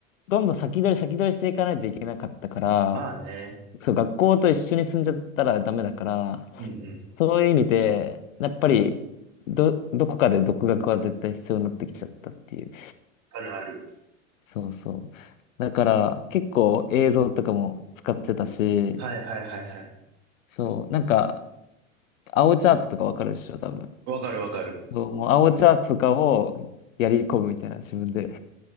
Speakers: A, on the left; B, on the right.
A: どんどん先取り先取りしていかないといけなかったから、
B: まあね。
A: そう、学校と一緒に住んじゃったらダメだから、
B: うんうん。
A: そういう意味で、やっぱり、ど、どこかで独学は絶対必要になってきちゃったっていう。
B: あるある。
A: そうそう。だから、結構映像とかも使ってたし、
B: はいはいはいはい。
A: そう、なんか、青チャートとかわかるでしょ、多分。
B: わかるわかる。
A: そうもう青チャートとかをやり込むみたいな、自分で。